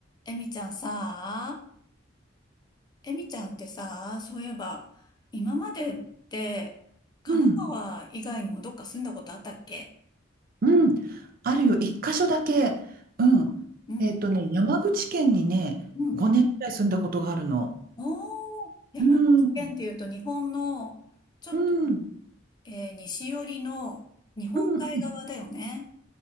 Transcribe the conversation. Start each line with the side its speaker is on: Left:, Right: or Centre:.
Left: エミちゃんさ、エミちゃんってさ、そういえば、今までって神奈川以外にもどっか住んだことあったっけ
Right: うん、うん、あるよ、一箇所だけ。うん。
Left: うん、うん、
Right: えっとね、山口県にね、
Left: うん。
Right: 5年くらい住んだことがあるの。
Left: おー、山口県っていうと日本の、
Right: うん、うん、
Left: ちょっと、
Right: うん、う
Left: えー西寄りの日本海側だよね。
Right: ん。